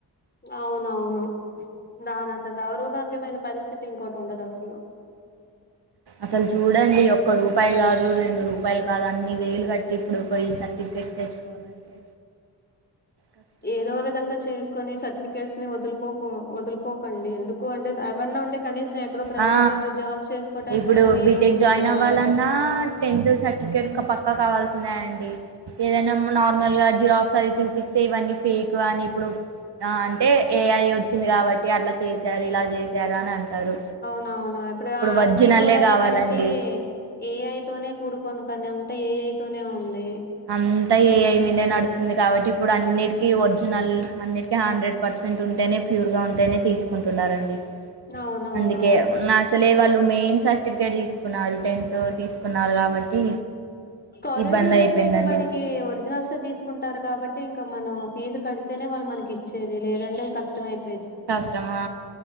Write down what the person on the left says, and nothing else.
అవునవును. దానంత దౌర్భాగ్యమైన పరిస్థితి ఇంకోటి ఉండదు అసలు.
ఏదో
విధంగా చేస్. కొన్ని సర్టిఫికెట్స్ ని వదులుకోకు వదులుకోకండి ఎందుకు అంటే అవన్న ఉంటే కనీసం ఎక్కడో ప్రైవేట్
జాబ్స్ చేసుకోవటానికైనా
వీలు
ఉండిద్ది
కదా
అవును, ఇప్పుడు అన్ని
కూడా ఏంటంటే,
ఏఐతోనే కూడుకొని మన పని అంతా, ఏఐతోనే ఉంది.
అవునవునవును
కాలేజ్
లో, అలట్ట
అయి. ఇక మనకి ఒరిజినల్స్ తీసుకుంటారు, కాబట్టి అంటే, ఇంకా మనం ఫీజు కడితేనే వాళ్ళు మనకి ఇచ్చేది, లేదంటే కష్టంయిపో